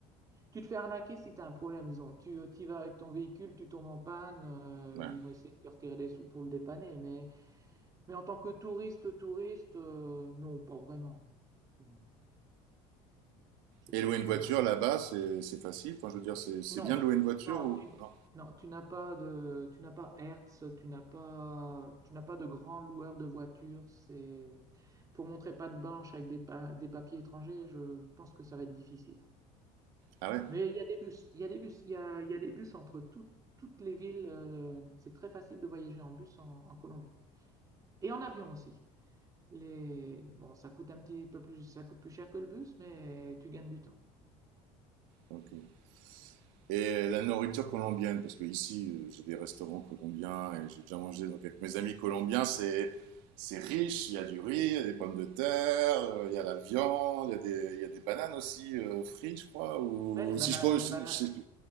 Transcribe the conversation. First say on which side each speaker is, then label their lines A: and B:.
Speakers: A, on the right (about 25°); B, on the right (about 80°).
A: tu te fais arnaquer si tu as un problème, disons. Tu y vas avec ton véhicule, tu tombes en panne, euh,
B: Ouais.
A: ils vont essayer de te retirer des sous pour le dépanner, mais Mais en tant que touriste, touriste, euh, non, pas vraiment. Je sais
B: Et
A: pas,
B: louer une voiture
A: c'est pas.
B: là-bas, c'est c'est facile. Enfin, je veux dire, c'est c'est
A: Non,
B: bien de louer une voiture
A: non,
B: ou
A: tu,
B: non?
A: non, tu n'as pas de, tu n'as pas Hertz, tu n'as pas, tu n'as pas de grand loueur de voitures. C'est pour montrer patte blanche avec des, pa- des papiers étrangers. Je pense que ça va être difficile.
B: Ah ouais?
A: Mais il y a des bus, il y a des bus, il y a, il y a des bus entre tout- toutes les villes. euh, c'est très facile de voyager en bus en en Colombie et en avion aussi. Les... Bon, ça coûte un petit peu plus, ça coûte plus cher que le bus, mais tu gagnes du temps.
B: Ok. Et la nourriture colombienne, parce que ici, euh, j'ai des restaurants colombiens et j'ai déjà mangé donc avec mes amis colombiens, c'est c'est riche. Il y a du riz, il y a des pommes de terre, euh, il y a la viande, il y a des il y a des bananes aussi euh, frites, je crois. Ou
A: Ouais, les bana-
B: si je, crois,
A: les
B: je,
A: bana-
B: je-